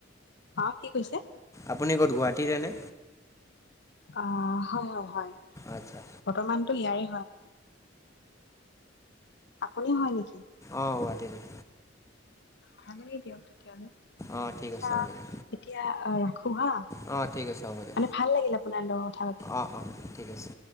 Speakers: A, on the left (about 60°); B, on the left (about 15°).
A: অ কি কৈছে।
B: আপুনি ক'ত গুৱাহাটীৰেনে?
A: অ হয় হয় হয়
B: আচ্ছা আচ্ছা।
A: বৰ্তমানতো ইয়াৰে আপুনি হয় নেকি
B: অ গুৱাহাটীৰে
A: ভাল দিয়ক তেতিয়াহলে
B: অঁ ঠিক
A: ছা
B: আছে হ'ব দিয়ক
A: এতিয়া আহ খুহা
B: অঁ ঠিক আছে হ'ব দে
A: মানে ভাল লাগিল আপোনাৰ লগৰ কথা পাতি।
B: অঁ অঁ ঠিক আছে